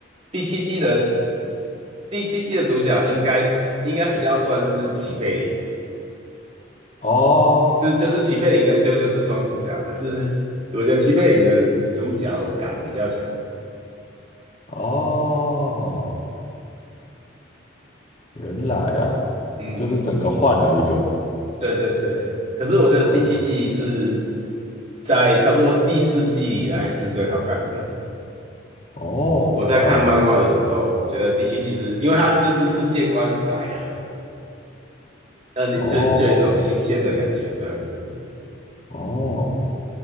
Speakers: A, on the right; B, on the left.
A: 第七季的第七季的主角应该是应该比较算是齐贝林，
B: 哦
A: 是就是齐贝林跟啾啾是双主角，可是我觉得齐贝林的主角感比较强。
B: 哦，原来呀、
A: 嗯，
B: 就是整个换了一个。
A: 嗯对对对，可是我觉得第七季是
B: 哦
A: 在差不多第四季以来是最好看的。
B: 哦，
A: 我在看漫画的时候，
B: 好
A: 我觉得第七季是因为它就是世界观改了，那你就就有一种新鲜的感觉这样子的。
B: 哦哦，